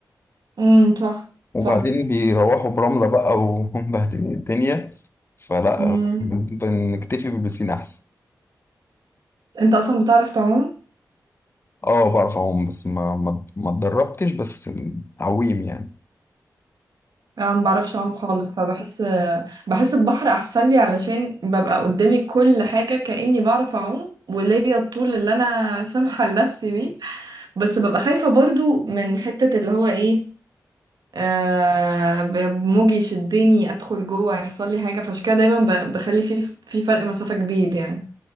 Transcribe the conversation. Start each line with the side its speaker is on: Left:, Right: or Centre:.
Right: امم صح
Left: وبعدين
Right: صح
Left: بيروحوا برملة بقى وهم <laughs> مبهدلين الدنيا فلا
Right: مم.
Left: بنكتفي بالبسين احسن
Right: انت اصلا بتعرف تعوم
Left: اه بعرف اعوم بس ما ما ما اتدربتش بس عويم يعني
Right: انا ما بعرفش اعوم خالص فبحس بحس البحر احسن لي علشان ببقى قدامي كل حاجه كاني بعرف اعوم وليا الطول اللي انا سامحه لنفسي بيه بس ببقى خايفه برضو من حته اللي هو ايه آه ب- موجي يشدني ادخل جوه يحصل لي حاجه فعشان كده دايما ب- بخلي في في فرق مسافه كبير يعني